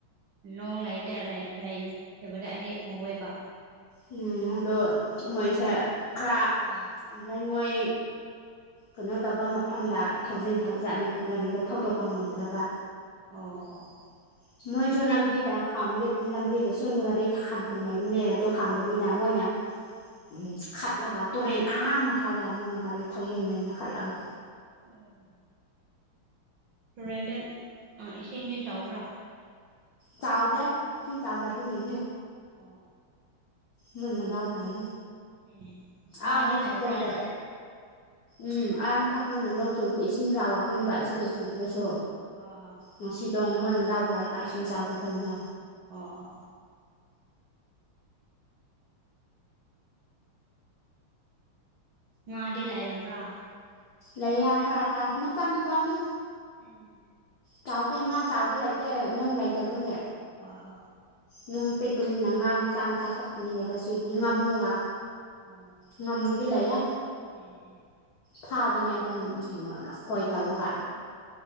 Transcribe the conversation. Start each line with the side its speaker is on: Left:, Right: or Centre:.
Right: ꯅꯣꯡ ꯂꯩꯇ ꯂꯩ ꯀꯕꯗ ꯍꯥꯏꯗꯤ ꯑꯋꯦꯕ
Left: ꯎꯝ ꯑꯗꯣ ꯃꯣꯏꯁꯦ ꯈꯔ
Right: ꯍ
Left: ꯂ ꯂꯥꯏ ꯃꯣꯏ ꯀꯩꯅꯣ ꯇꯧꯕ ꯃꯐꯝꯗ ꯊꯧꯖꯤꯟ ꯈꯔꯕ ꯆꯠꯅꯤ ꯑꯗꯨ ꯒꯥꯔꯤꯗꯣ ꯊꯧꯗꯣꯛꯄ ꯉꯝꯗ꯭ꯔꯕ
Right: ꯑꯣ ꯑꯣ
Left: <inaudible> ꯃꯣꯏꯁꯨ ꯂꯝꯕꯤꯗ ꯈꯥꯝꯒꯦꯗꯅ ꯂꯝꯕꯤꯗꯁꯨ ꯒꯥꯔꯤ ꯈꯥꯝꯐꯝ ꯂꯩꯕꯅꯦ ꯑꯗꯨꯣ ꯈꯥꯝꯗꯕꯤꯗ ꯃꯣꯏꯅ ꯎꯝ ꯈꯠꯂꯒ ꯇꯨꯔꯦꯟ ꯑꯍꯥ ꯃꯈꯥꯗ ꯃꯣꯏꯅ ꯒꯥꯔꯤ ꯊꯧꯖꯤꯟꯕꯩꯅꯦ ꯈꯠꯂꯒ
Right: ꯎꯝ ꯇꯨꯔꯦꯟꯗ ꯏꯁꯤꯡꯗꯤ ꯆꯥꯎꯕ꯭ꯔꯥ
Left: ꯆꯥꯥꯎꯗ ꯆꯗ ꯇꯖꯅ
Right: ꯑ
Left: ꯃꯣꯏ ꯃꯅꯥꯎ ꯐꯥꯏꯅ
Right: ꯑꯦ ꯉꯥꯗꯤ
Left: ꯑꯥ ꯃꯊꯛꯄꯣꯝꯗ
Right: ꯂꯩꯕ꯭ꯔꯥ
Left: ꯎꯝ ꯑꯥꯅ ꯊꯛꯄꯝꯗ ꯅꯣꯡ ꯆꯨ ꯏꯁꯤꯡ ꯈ ꯍꯥꯎꯔꯛꯄꯅꯤꯕ ꯁꯤꯗ ꯆꯨꯗ꯭ꯔꯁꯨ
Right: ꯍꯣꯏ ꯍꯣꯏ
Left: ꯉꯁꯤꯗꯣ
Right: ꯍꯣꯏ
Left: ꯃꯣꯏ ꯃꯗꯥꯎ ꯐꯥꯔꯒ ꯏꯁꯤꯡ ꯆꯥꯎꯗ ꯀꯩꯅ
Right: ꯑꯣ ꯑꯣ ꯉꯥꯗꯤ ꯂꯥꯏꯔꯝꯕ꯭ꯔꯥ
Left: ꯂꯩ ꯌꯥ ꯈꯔ ꯈꯔ ꯅ ꯆꯝꯃꯤ ꯆꯝꯃꯦ
Right: ꯎꯝ
Left: ꯆꯥꯎꯗꯦ ꯉꯥ ꯆꯥꯎꯕ ꯂꯩꯇꯦ ꯅꯨꯡ ꯂꯩꯇꯕꯁꯦ
Right: ꯍꯣꯏ ꯍꯣꯏ
Left: ꯅꯣꯡ ꯄꯤꯛꯄꯅꯤꯅ ꯉꯥ ꯃꯆꯥ ꯃꯆꯥ ꯈꯛꯄꯅꯤꯅꯒꯁꯤꯒꯤ ꯉꯥꯃꯨꯒ
Right: ꯑꯣ
Left: ꯉꯃꯗꯤ ꯂꯦ
Right: ꯑꯦ ꯑꯦ
Left: ꯐꯥꯕꯅꯦ ꯑꯗꯨꯝ ꯈꯣꯏ ꯇꯧꯔꯒ